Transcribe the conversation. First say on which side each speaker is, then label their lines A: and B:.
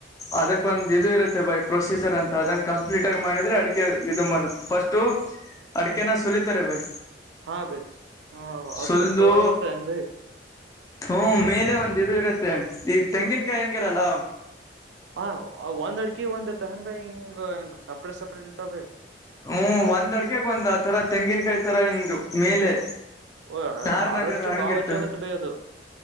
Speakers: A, on the left (about 20°); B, on the right (about 75°).
A: ಅದಕ್ಕ ಒಂದು. ಇದು ಇರುತ್ತೆ ಬೈ ಪ್ರೊಸೀಜರ್ ಅಂತ ಅದಂಗ ಕಂಪ್ಲೀಟ್ ಆಗಿ ಮಾಡಿದ್ರೆ ಅಡಿಕ ಇದು ಫಸ್ಟ. ಅಡಕೆನ ಸಲಿತಾರೆ ಭಾಯ.
B: ಹಾ ಬೈ ಹ ಅದು
A: ಸುಲ್ದು
B: ಕವರ್ ಬರ್ತದೇನ್ ಬೈ
A: ಹೂ ಮೇಲೆ ಒಂದ ಇದು ಇರುತ್ತೆ. ಈಗ ತೆಂಗಿನಕಾಯಿ ಹೆಂಗಿರಲ್ಲ.
B: ಹ ಒಂದ್ ಅಡ್ಕೆ ಒಂದ್ ಅಡ್ತ ಅಂದ ಹಿಂಗ ಹಂಗ ಸಪ್ರೇಟ್ ಸಪ್ರೇಟ್ ಇರ್ತಾವ.
A: ಹ್ಮ್ ಒಂದ್ ಅಡ್ಕಗ್ ಒಂದ್ ಆತರ ತೆಂಗಿನಕಾಯಿ ತರ ಹಿಂಗ್ ಮೇಲೆ.
B: ಓ
A: ನಾರ್ನಾರ
B: ಹಾರ್ವೆಸ್ಟಿಂಗ್
A: ಹಂಗಿರ್ತವೆ
B: ಭಾವ ಹೆಜ್ಜ ಆಗುತ್ತೆ ಬೇ ಅದು.